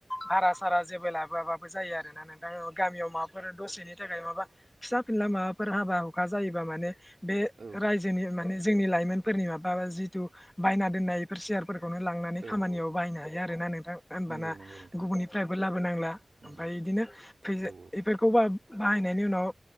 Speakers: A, on the left; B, on the right.
A: भारा सारा जेबो लाबोआबा जायो आरोना नोंथां औ गामियाव माबाफोर दसेनि मा फिसा फिनला माबाफोर हाबा हुखा जायोबा माने बे
B: औ
A: रायजोनि माने जोंनि लाइमोनफोरनि माबा जिथु बायना दोननाय बेफोर सेयार फोरखौनो लांनानै
B: औ
A: खामानियाव
B: औ
A: बाहायनो हायो आरोना नोंथां होनबाना
B: नंगौ नंगौ नोंथां
A: गुबुननिफ्रायबो लाबोनांला
B: नंगौ
A: ओमफ्राय इदिनो फै
B: औ औ
A: बेफोरखौबा बाहायनायनि उनाव